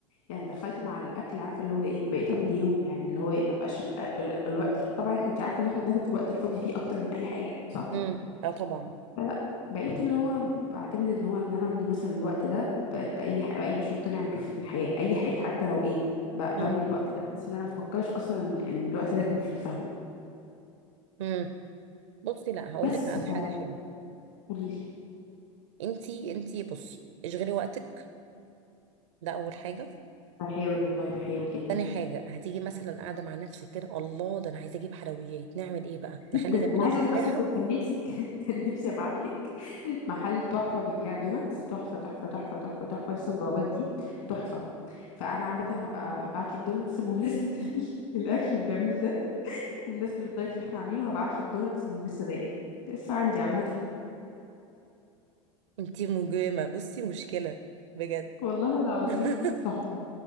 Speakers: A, on the left; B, on the right.
A: يعني دخلت مع الاكل عارفه اللي هو ايه بقيت من يوم يعني اللي هو ايه ما بقاش ال- ال- الوقت الف- طبعا احنا انت عارفه ان احنا بناكل في الوقت الفاضي فيه اكتر من اي حاجه صح
B: امم اه طبعا
A: لا لا بقيت اللي هو بعتمد ان هو ان انا املي مثلا الوقت ده ب- باي ح... باي نشاط تاني اعمله في الحياه اي حاجه حتى لو ايه ب... بملي
B: امم
A: الوقت ده بحيث ان انا مفكرش اصلا ان إن الوقت ده يكون فيه فاهمه
B: امم بصي لا هقول
A: بس
B: لك على
A: ف
B: حاجه حلوه
A: قولي لي
B: انتي انتي بصي اشغلي وقتك ده اول حاجه
A: بحاول والله بحاول جدا
B: تاني حاجة هتيجي مثلا قاعدة مع نفسك كده الله ده أنا عايزة أجيب حلويات نعمل إيه بقى؟ نخلي
A: جدا
B: جنبنا
A: انا عايزه
B: تفاحة
A: اقول لك اصلا كنت كان نفسي <laughs> كان كان نفسي ابعت لك محل تحفه بيبيع دوناتس تحفه تحفه تحفه تحفه تحفه لسه مجاوباه جديد تحفه فانا عامه هبقى ابعت لك دوناتس بمناسبه <laughs> الاكل الجميل ده وبمناسبة الدايت اللي احنا عاملينه هبعتلك دوناتس من اللي لسه ضايقاه لسه عندي عامة
B: انتي مجرمة بصي مشكلة بجد
A: والله العظيم
B: <laughs>
A: تحفة